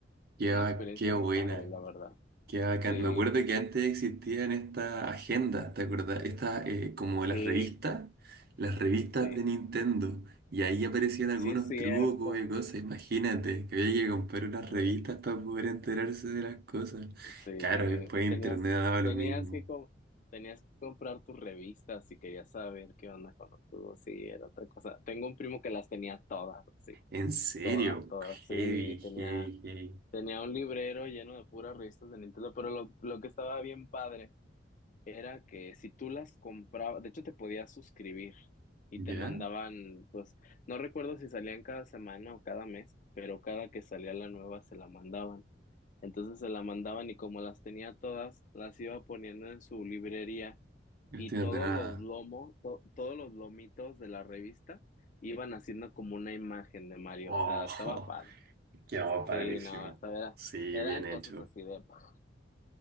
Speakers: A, on the right; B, on the left.
A: qué,
B: una
A: ba-
B: experiencia
A: qué buena,
B: muy padre, la verdad.
A: qué bacán.
B: Sí,
A: Me acuerdo que
B: sí,
A: antes existían estas agendas, ¿te acuerdas? Estas, eh, como las
B: sí,
A: revistas, las revistas
B: sí,
A: de Nintendo. Y ahí aparecían algunos
B: sí es cierto.
A: trucos y cosas. Imagínate, que había que comprar unas
B: Sí,
A: revistas para poder enterarse de las cosas.
B: sí,
A: Claro, después Internet
B: tenías,
A: daba
B: tenías
A: lo mismo.
B: que com- tenías que comprar tus revistas si querías saber qué onda con los tubos, sí, era otra cosa. Tengo un primo que las tenía todas, sí,
A: En serio,
B: todas, todas, sí,
A: heavy,
B: tenía
A: heavy, heavy.
B: Tenía un librero lleno de puras revistas de Nintendo, pero lo, lo que estaba bien padre era que si tú las comprabas, de hecho te podías suscribir y
A: ¿Ya?
B: te mandaban, pues, no recuerdo si salían cada semana o cada mes, pero cada que salía la nueva se la mandaban. Entonces se la mandaban y como las tenía todas, las iba poniendo en su librería
A: No
B: y
A: estoy
B: todos
A: ordenada.
B: los lomos, to- todos los lomitos de la revista iban haciendo como una imagen de Mario,
A: Oh.
B: o sea, estaba padre.
A: <laughs> Qué oh, padrísimo.
B: Sí, no, o sea, era-
A: Sí,
B: eran
A: bien hecho.
B: cosas así de, <laughs>